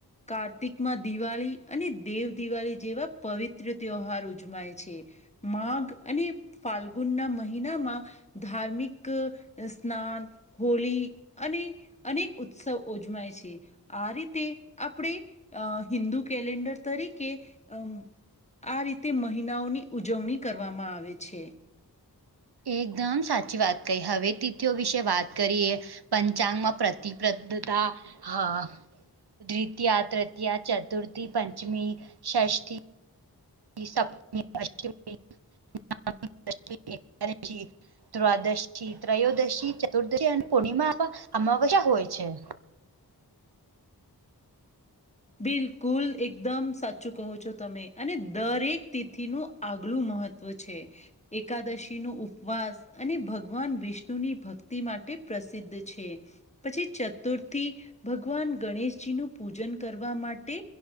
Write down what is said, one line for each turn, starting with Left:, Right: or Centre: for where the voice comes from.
Left: કાર્તિકમાં દિવાળી અને દેવ દિવાળી જેવા પવિત્ર ત્યહાર ઉજમાય છે માઘ અને ફાલ્ગુન ના મહિનામાં ધાર્મિક સ્નાન હોળી અને અનેક ઉત્સવ ઉજમાય છે આ રીતે આપણે અ હિન્દુ કેલેન્ડર તરીકે અમ આ રીતે મહિનાઓની ઉજવણી કરવામાં આવે છે
Right: એકદમ સાચી વાત કહી હવે તિથિઓ વિશે વાત કરીએ પંચાંગ માં પ્રતિબદ્ધતા હા દ્વિતીય તૃતીયા ચતુર્થી પંચમી ષ્ઠી સપ્તમ અષ્ટમીમી એકદશી દ્ર્વાદશી ત્રયોદશી ચતુર્દશી અને પૂર્ણિમા આમાં કશા હોય છે
Left: બિલકુલ એકદમ સાચું કહો છો તમે અને દરેક તિથિનું આગલું મહત્ત્વ છે એકાદશીનો ઉપવાસ અને ભગવાન વિષ્ણુની ભક્તિ માટે પ્રસિદ્ધ છે. પછી ચતુર્થી ભગવાન ગણેશજી નું પૂજન કરવા માટે